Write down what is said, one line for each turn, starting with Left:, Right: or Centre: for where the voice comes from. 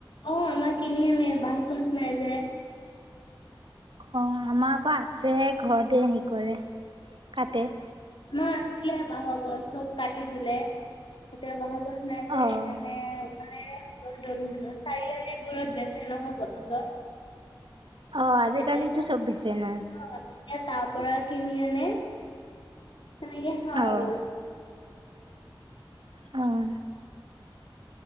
Left: অ', আমাৰ কিনি আনে বাঁহ গছ নাই যে।
Right: অ', আমাৰ আকৌ আছে ঘৰতে হেৰি কৰে কাটে।
Left: মা আছিলে বাঁহৰ গছ চব কাটি দিলে ততিয়া বাঁহৰ গছ। নাযায়
Right: অঁ
Left: সেইকাৰণে মানে চাৰিআলিৰ বোৰত বেচে নহয় বটলত
Right: অঁ আজিকালিতো
Left: তেতিয়া আহ
Right: চব বেচে ন
Left: তেতিয়া তাৰ পৰা কিনি আনে। তেনেকে খাওঁ
Right: অঁ
Left: আৰু।
Right: অহ।